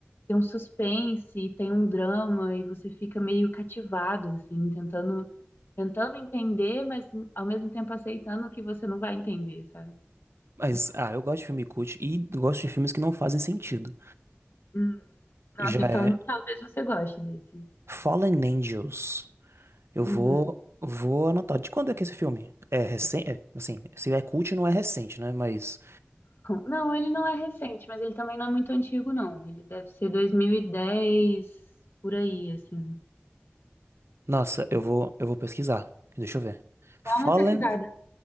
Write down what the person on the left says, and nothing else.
tem um suspense, tem um drama e você fica meio cativado assim, tentando tentando entender, mas ao mesmo tempo aceitando que você não vai entender, sabe?
Hum, Nossa,
então
talvez você goste desse.
Uhum.
Não, ele não é recente, mas ele também não é muito antigo, não. Ele deve ser 2010, por aí, assim.
Dá
uma pesquisada.